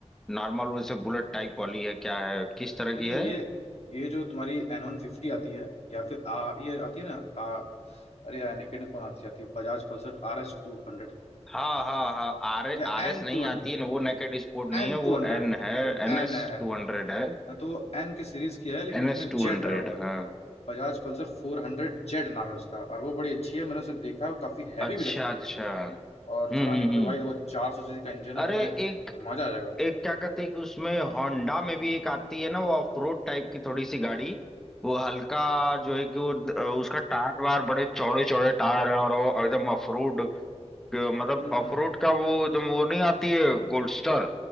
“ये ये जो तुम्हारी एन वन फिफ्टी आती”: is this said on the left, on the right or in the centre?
Left